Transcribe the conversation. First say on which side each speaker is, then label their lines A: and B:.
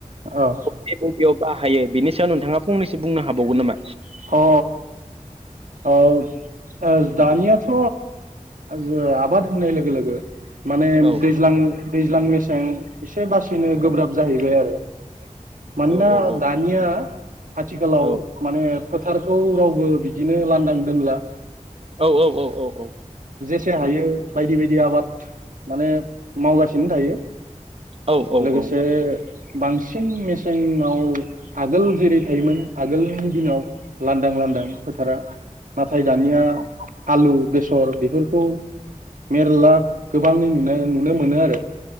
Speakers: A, on the right (about 80°); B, on the right (about 45°).
A: औ
B: बबे बबेयाव बाहायो बेनि सायाव नोंथाङा फंनैसो बुंनो हाबावगोन नामा?
A: अ औ औ ओ ओ दानियाथ' जो आबाद होननाय लोगो लोगो माने
B: औ
A: दैज्लां दैज्लां मेसें एसे बासिनो गोब्राब जाहैबाय आरो। मानोना
B: औ औ औ
A: दानिया आथिखालाव
B: औ
A: माने फोथारखौ रावबो बिदिनो लान्दां दोनला।
B: औ औ औ औ औ।
A: एसे हायो बायदि बायदि आबाद माने मावगासिनो थायो।
B: औ औ
A: लोगोसे
B: औ
A: बांसिन मेसेंआव आगोल जेरै थायोमोन आगोलनि दिनाव लान्दां लान्दां फोथारा नाथाय दानिया आलु, बेसर बेफोरखौ मेरला गोबां नुनाय नुनो मोनो आरो।